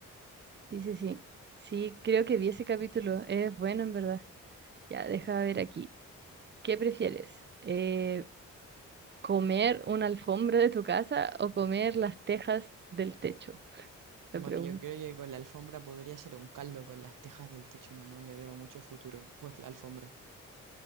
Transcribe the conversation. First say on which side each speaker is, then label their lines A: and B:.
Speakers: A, on the right (about 30°); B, on the right (about 65°).
A: sí, sí, sí. Sí, creo que vi ese capítulo. Es bueno, en verdad. Ya, deja ver aquí. ¿Qué prefieres? Eh, ¿comer una alfombra de tu casa o comer las tejas del techo? La
B: Bueno,
A: pregunta.
B: yo creo que con la alfombra podría ser un caldo con las tejas del techo, no, no le veo mucho futuro. Pues la alfombra.